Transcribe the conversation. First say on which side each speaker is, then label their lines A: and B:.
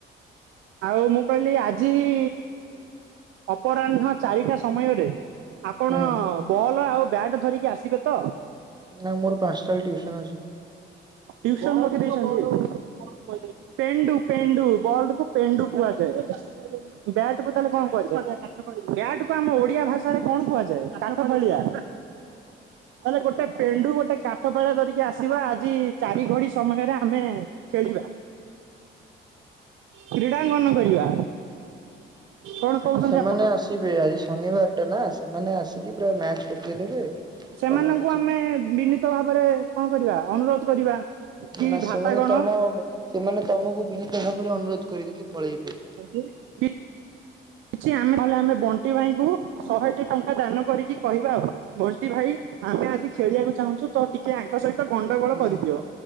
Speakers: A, on the right; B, on the right.
A: ଆଉ ମୁଁ କହିଲି ଆଜି ଇ ଅପରାହ୍ନ ଚାରିଟା ସମୟରେ ଆପଣ
B: ହୁଁ
A: ବଲ୍ ଆଉ ବ୍ୟାଟ୍ ଧରିକି ଆସିବେ ତ?
B: ନା ମୋର ପାଞ୍ଚଟା ବେଳେ ଟିଉସନ ଅଛି।
A: ଟିଉସନ୍ ରଖିଦେଇଛନ୍ତି? ପେଣ୍ଡୁ ପେଣ୍ଡୁ ବଲକୁ ପେଣ୍ଡୁ କୁହାଯାଏ। ବ୍ୟାଟକୁ ତାହେଲେ କଣ କୁହାଯାଏ? ବ୍ୟାଟକୁ ଆମ ଓଡିଆ ଭାଷାରେ କଣ କଣ କୁହାଯାଏ କାଠ ଫାଳିଆ। ଆରେ ଗୋଟେ ପେଣ୍ଡୁ ଗୋଟେ କାଠ ଫାଳିଆ ଧରିକି ଆସିବା ଆଜି ଚାରି ଘଡି ସମୟରେ ଆମେ ଖେଳିବା। କ୍ରୀଡ଼ାଙ୍ଗନ କରିବା। କଣ କହୁଛନ୍ତି
B: ଆଜି ସେମାନେ
A: ଆପଣ?
B: ଆସିବେ ଆଜି ଶନିବାର ଟା ନା ସେମାନେ ଆସିକି ପୁରା ମ୍ୟାଚ ପକେଇଦେବେ
A: ସେମାନଙ୍କୁ
B: ତମେ କିଛି
A: ଆମେ ବିନୀତ ଭାବରେ କଣ କରିବା ଅନୁରୋଧ କରିବା। କି
B: ନା
A: ଭ୍ରାତାଗଣ
B: ସେମାନେ ତମ ସେମାନେ ତମକୁ ବିନୀତ ଭାବରେ ଅନୁରୋଧ କରିଦେଇକି ପଳେଇବେ।
A: <unintelligible> କିଛି ଆମେ ନ ହେଲେ, ଆମେ ବଣ୍ଟି ଭାଇଙ୍କୁ, ଶହେଟି ଟଙ୍କା ଦାନ କରିକି କହିବା ଆଉ ବଣ୍ଟି ଭାଇ ଆମେ ଆଜି ଖେଳିବାକୁ ଚାହୁଁଛୁ, ତ ଟିକେ ଆଙ୍କ ସହିତ ଗଣ୍ଡଗୋଳ
B: ହୁଁ
A: କରିଦିଅ।